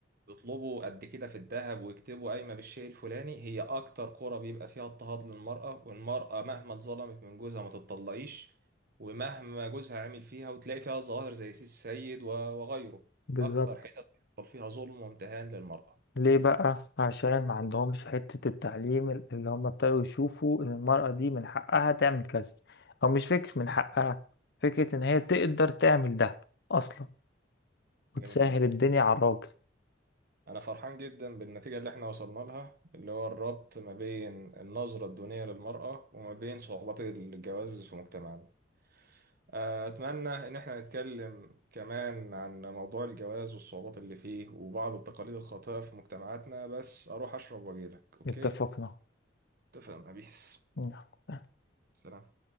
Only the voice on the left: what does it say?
بالظبط
ليه بقى عشان ما عندهمش حتة التعليم ال- اللي هم ابتدوا يشوفوا ان المرأة دي من حقها تعمل كذا او مش فكرة من حقها فكرة ان هي تقدر تعمل ده اصلا
وتسهل
الدنيا على الراجل
اتفقنا
مم.